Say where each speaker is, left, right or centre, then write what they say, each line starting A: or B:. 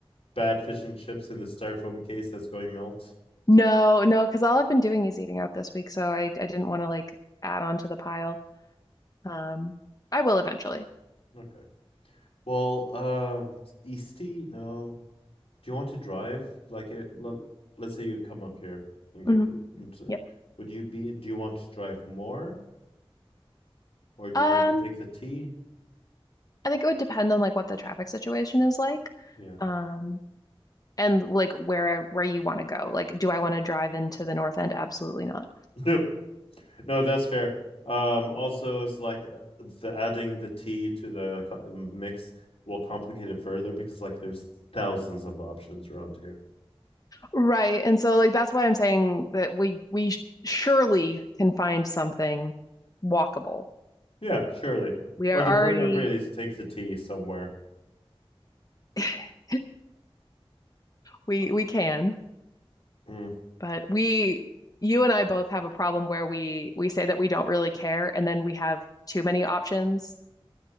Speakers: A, on the left; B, on the left.
A: bad fish and chips in the styrofoam case that's going melt?
B: No, no, because all I've been doing is eating out this week, so I I didn't want to like add on to the pile. Um, I will eventually.
A: Okay. Well, um, Eastie, no. Do you want to drive? Like, it, let, let's say you come up here and get
B: hmm
A: food. and so-
B: Yep.
A: Would you be? Do you want to drive more, or do
B: Um,
A: you want to take the T?
B: I think it would depend on like what the traffic situation is like,
A: Yeah.
B: um, and like where I, where you want to go. Like, do I want to drive into the North End? Absolutely not.
A: <laughs> No, that's fair. Um, also, it's like uh, the adding the tea to the mix will complicate it further because like there's thousands of options around here.
B: Right. And so like that's why I'm saying that we we sh- surely can find something walkable.
A: Yeah, surely.
B: We
A: Or
B: are
A: the
B: already
A: ver- at very least take the tea somewhere.
B: <laughs> we
A: Uh,
B: we can,
A: Mm.
B: but we you and I both have a problem where we we say that we don't really care and then we have too many options.